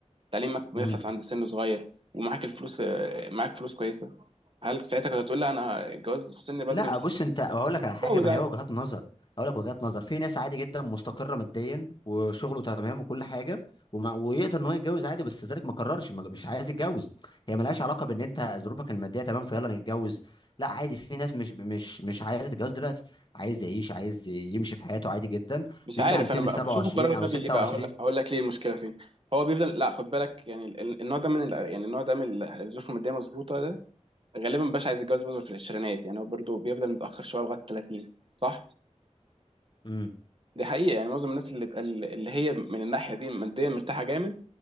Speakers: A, on the right; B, on the left.
A: تعليمك بيخلص
B: مم.
A: عند سن صغير ومعاك الفلوس معاك فلوس كويسه هل ساعتها كنت هتقول لا انا الجواز في سن بدري
B: لا
A: مش
B: بص انت هقول لك على
A: هتجوز
B: حاجه ما هي وجهات نظر هقول لك وجهات نظر في ناس عادي جدا مستقره ماديا وشغله تمام وكل حاجه وما ويقدر ان هو يتجوز عادي بس ذلك ما قررش ما- مش عايز يتجوز هي ملهاش علاقه بان انت ظروفك الماديه تمام فيلا نتجوز لا عادي في ناس مش مش مش عايزه تتجوز دلوقتي عايز يعيش عايز يمشي في حياته عادي جدا
A: مش
B: ويجي
A: عارف
B: عند سن
A: انا
B: ال 27
A: ب- بشوفه قرار
B: او
A: غبي
B: 26
A: ليه بقى اقول اقول لك ليه المشكله فين هو بيفضل لا خد بالك يعني ال- ال- النوع ده من ال- يعني النوع ده من ال- الظروف الماديه مظبوطه ده غالبا مبقاش عايز يتجوز برضه في العشرينات يعني هو برضه بيفضل متاخر شويه لغايه 30 صح
B: امم
A: دي حقيقه يعني معظم الناس اللي بقى اللي هي من الناحيه دي ماديا مرتاحه جامد